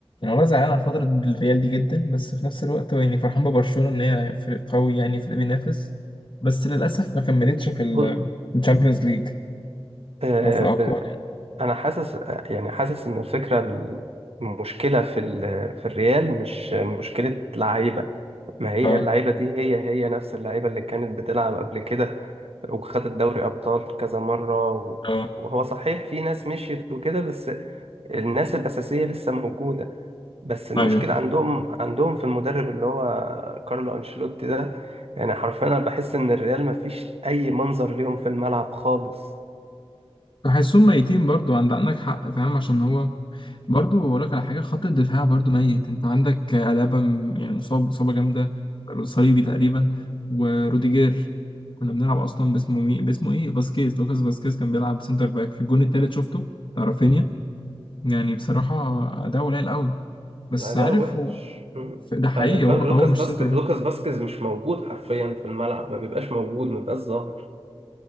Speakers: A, on the left (about 50°); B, on the right (about 75°).
A: والله زعلان على فترة الريال دي جدا بس في نفس الوقت هو يعني فرحان ببرشلونة إن هي فريق قوي يعني فريق بينافس بس للأسف ما كملتش في
B: بص،
A: الشامبيونز ليج
B: آه،
A: أو في الأبطال
B: ب- أنا حاسس يعني حاسس إن الفكرة المشكلة في ال- في الريال مش مشكلة لعيبة ما هي
A: اه
B: اللعيبة دي هي هي نفس اللعيبة اللي كانت بتلعب قبل كده وخد الدوري أبطال كذا مرة و-
A: اه
B: وهو صحيح في ناس مشيت وكده بس الناس الأساسية لسه موجودة بس المشكلة
A: ايوه
B: عندهم عندهم في المدرب اللي هو كارلو أنشيلوتي ده يعني حرفيا أنا بحس إن الريال مفيش أي منظر ليهم في الملعب خالص
A: بحسهم ميتين برضو عند عندك حق فاهم عشان هو برضو اقول لك على حاجه خط الدفاع برضو ميت انت عندك الابا م- يعني مصاب مصابه جامده صليبي تقريبا وروديجير كنا بنلعب اصلا باسمه مي... باسمه ايه فاسكيز لوكاس فاسكيز كان بيلعب سنتر باك في الجون التالت شفته بتاع رافينيا يعني بصراحة ده قليل قوي بس
B: ده
A: عارف
B: وحش
A: هو
B: مم.
A: ده حقيقي
B: آه، فا-
A: هو هو
B: لوكاس
A: مش
B: باسكيز
A: سنتر باك
B: لوكاس باسكيز مش موجود حرفيا في الملعب ما بيبقاش موجود ما بيبقاش ظاهر